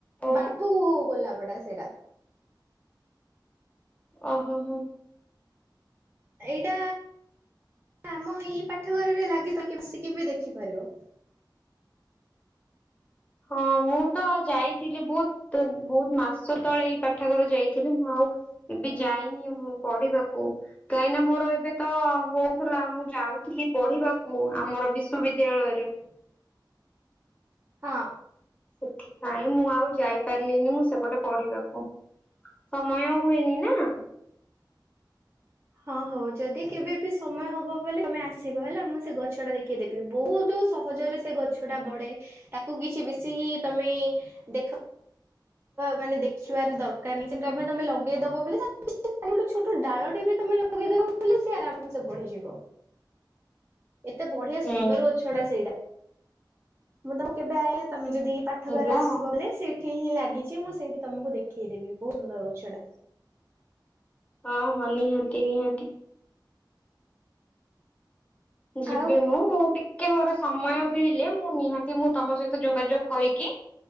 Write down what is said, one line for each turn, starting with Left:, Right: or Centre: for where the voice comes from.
Left: ଓ
Right: ବାଣ୍ଠୁ ଗୋଲାପଟ ସେଇଟା।
Left: ଓ ହୋ ହୋ।
Right: ଏଇଟା ଆମ ଏଇ ପାଠଘରରେ ଲାଗି ତାକ ବସିକି ବି ଦେଖିପାରିବ।
Left: ହଁ ମୁଁ ତ ଯାଇଥିଲି ବହୁତ ବହୁତ ମାସ ତଳେ ଏଇ ପାଠାଗର ଯାଇଥିଲି ମୁଁ ଆଉ ଏବେ ଯାଇନି ମୁଁ ପଢିବାକୁ, କାହିଁ ମୋର ଏବେ ତ ହଉଥିଲା ମୁଁ ଯାଉଥିଲି ପଢିବାକୁ ଆମର ବିଶ୍ୱବିଦ୍ୟାଳୟରେ
Right: ହଁ।
Left: ସେଥିପାଇଁ ମୁଁ ଆଉ ଯାଇପାରିଲିନି ମୁଁ ସେପଟେ ପଢିବାକୁ ସମୟ ହୁଏନି ନା।
Right: ହଁ ହଉ ଯଦି କେବେ ବି ସମୟ ହବ ବୋଲି ତମେ ଆସିବ ହେଲା ମୁଁ ସେ ଗଛ ଟା ଦେଖେଇଦେବି ବହୁତ ସ ସହଜରେ ସେ ଗଛ ଟା ବଢେ, ତାକୁ କିଛି ବେଶି ତମେ ଦେଖ ମାନେ ଦେଖିବାର ଦରକାର ନାହିଁ ସେମତି ଆମ ତମେ ଲଗେଇଦବ ବୋଲି ଗୋଟେ ଛୋଟ ଡାଳଟି ବି ତମେ ଲଗେଇଦବ ବୋଲି ସି ଆରାମସ ବଢିଯିବ ଏତେ ବଢିଆ
Left: ହୁଁ
Right: ସୁନ୍ଦର ଗଛଟା ସେଇଟା, ମୁଁ ତାକୁ କେବେ ଆ ତମେ ଯଦି ପାଠ
Left: ହେଲା
Right: ଘର ଆସିବ
Left: ଆଉ।
Right: ବୋଲି ସେଇଠି ହିଁ ଲାଗ ଯେ ମୁଁ ସେଇଠି ତମକୁ ଦେଖେଇଦେବି ବହୁତ ସୁନ୍ଦର ଗଛଟା।
Left: ହଁ ହଁ ନିହାତି ନିହାତି। ଯିବି
Right: ଆଉ
Left: ମୁଁ ମୁଁ ଟିକ୍ ମୋର ସମୟ ମିଳିଲେ ମୁଁ ନିହାତି ମୁଁ ତମ ସହିତ ଯୋଗାଯୋଗ କରିକି